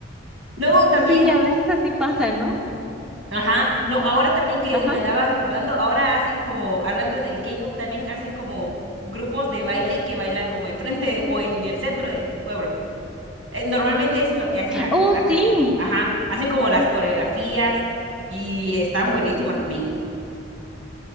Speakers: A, on the right; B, in the centre.
A: No, también,
B: Sí, a veces así pasa, ¿no?
A: ajá, no, ahora también que
B: Ajá.
A: me andaba recordando, ahora hacen como, hablando del K-pop, también hacen como grupos de baile que bailan como enfrente o en el centro de tu pueblo. Eh, normalmente eso es lo que hacen ac-
B: Oh,
A: acá,
B: sí.
A: conmigo, ajá, hacen como las coreografías y están buenísimas también.